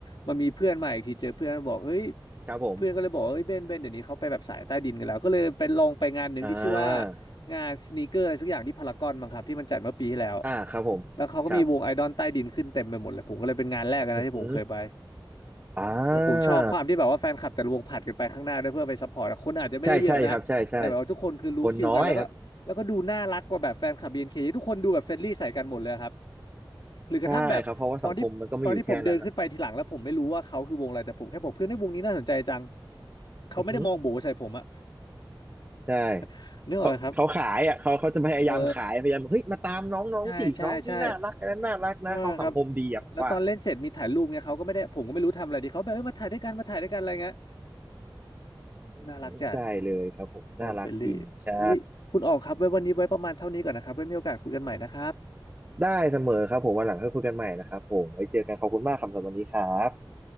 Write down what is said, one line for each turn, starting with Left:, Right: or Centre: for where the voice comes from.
Left: มามีเพื่อนมาอีกทีเจอเพื่อนบอกเฮ้ย
Right: ครับผม
Left: เพื่อนก็เลยบอกว่าเฮ้ยเบนเบนเดี๋ยวนี้เขาไปแบบสายใต้ดินกันแล้วก็เลยไปลองไปงานหนึ่งที่ชื่อว่า
Right: อ่า
Left: งานสนีกเกอร์อะไรสักอย่างที่พารากอนมั้งครับที่มันจัดเมื่อปีที่แล้ว
Right: อ่าครับผมครับ
Left: แล้วเขาก็มีวงไอดอลใต้ดินขึ้นเต็มไปหมดเลยผมก็เลยเป็นงานแรกนะที่ผมเคยไป
Right: อือหืออ่า
Left: แล้วผมชอบความที่แบบว่าแฟนคลับแต่ละวงผลัดกันไปข้างหน้าด้วยเพื่อไปซัพพอร์ตอะคนอาจจะไม่ได้เยอะนะแต่แบบว่าทุกคนคือรู้คิวกันแล้วก็แล้วก็ดูน่ารักกว่าแบบแฟนคลับ
Right: ใช่ใช่ครับใช่ใช่คนน้อยครับ
Left: BNK ทุกคนดูแบบเฟรนลี่ใส่กันหมดเลยครับหรือกระทั่งแบบตอนที่ตอนที่ผมเดินขึ้นไปทีหลังแล้วผมไม่รู้ว่าเขาคือวงอะไรแต่ผมแค่บอกเพื่อนให้ยวงนี้น่าสนใจจัง
Right: ใช่ครับเพราะว่าสังคมมันก็ไม่อยู่แค่นั้นนะ
Left: เขาไม่ได้มองโบใส่ผมอะ
Right: อือหือ ใช่
Left: <laughs> นึกออกไหมครับ
Right: เขาเขาขายอ่ะเขาเขาจะพยายามขายพยายามบอกเฮ้ยมาตามน้องน้องสิน้องนี่น่ารักอันนั้นน่ารักนะเขาสังคมดีอ่ะผมว่า
Left: เออใช่ใช่ใช่ว่าครับแล้วตอนเล่นเสร็จมีถ่ายรูปเงี้ยเขาก็ไม่ได้ผมก็ไม่รู้ทำอะไรดีเขาแบบเออมาถ่ายด้วยกันมาถ่ายด้วยกันอะไรเงี้ย
Right: อืม
Left: น่ารักจัด
Right: ใช่เลยครับผมน่ารักจริงใช่
Left: โอ้เฟลนลี่เอ้ยคุณออกครับไว้วันนี้ไว้ประมาณเท่านี้ก่อนนะครับไว้มีโอกาสคุยกันใหม่นะครับ
Right: ได้เสมอครับผมวันหลังค่อยคุยกันใหม่นะครับผมไว้เจอกันขอบคุณมากครับสำหรับวันนี้ครับ